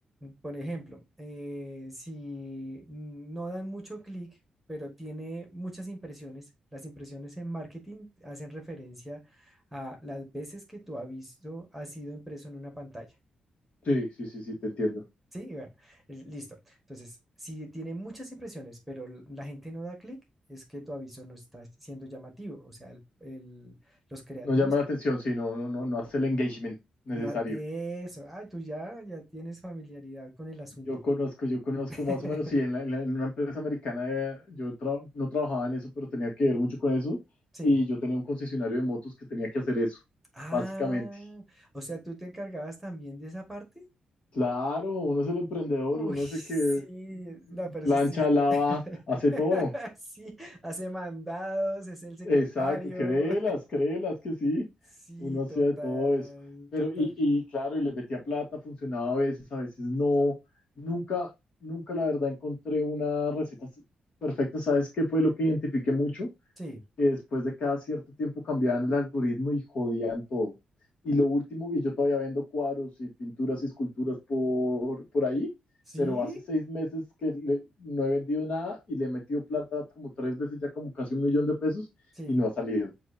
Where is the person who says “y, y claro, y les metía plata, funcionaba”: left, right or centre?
Left